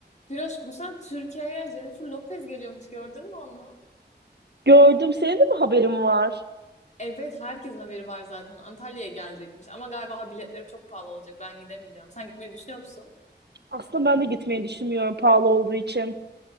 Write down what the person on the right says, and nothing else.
Gördüm. Senin de mi haberin var?
Aslında ben de gitmeyi düşünmüyorum pahalı olduğu için.